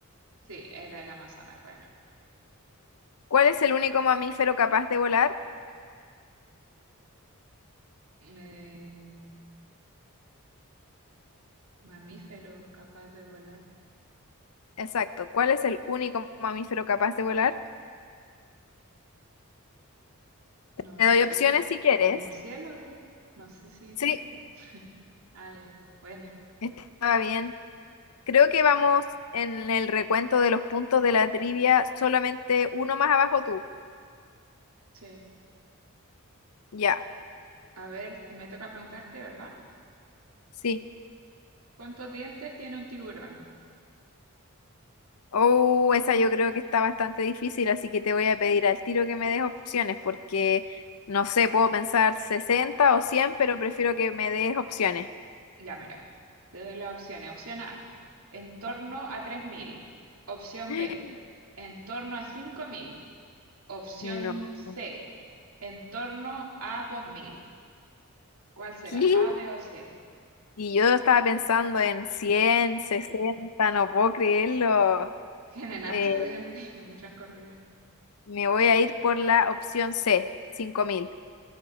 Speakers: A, on the right; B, on the left.
A: Sí, era el Amazonas. Bueno.
B: ¿Cuál es el único mamífero capaz de volar?
A: Eh, mamíferos capaz de volar.
B: Exacto. ¿Cuál es el único mamífero capaz de volar?
A: No
B: Te
A: sé.
B: doy opciones si quieres.
A: Los murciélagos. No sé si
B: Sí,
A: cuentan. Ah, ya. Bueno,
B: estaba bien. Creo que vamos en el recuento de los puntos de la trivia, solamente uno más abajo tú.
A: sí.
B: Ya,
A: A ver, me toca preguntarte, ¿verdad?
B: sí.
A: ¿Cuántos dientes tiene un tiburón?
B: Oh, esa yo creo que está bastante difícil, así que te voy a pedir al tiro que me des opciones, porque no sé, puedo pensar 60 o 100, pero prefiero que me des opciones.
A: Ya, mira. Te doy las opciones. Opción A, en torno a tres mil Opción
B: <gasps>
A: B, en torno a cinco mil Opción
B: No.
A: C, en torno a dos mil ¿Cuál será?
B: ¿Qué?
A: ¿A, B o C?
B: Y yo estaba pensando en cien sesenta no puedo creerlo.
A: <laughs> Tienen hartos
B: Eh,
A: dientes <laughs> y muchas corridas.
B: me voy a ir por la opción C, cinco mil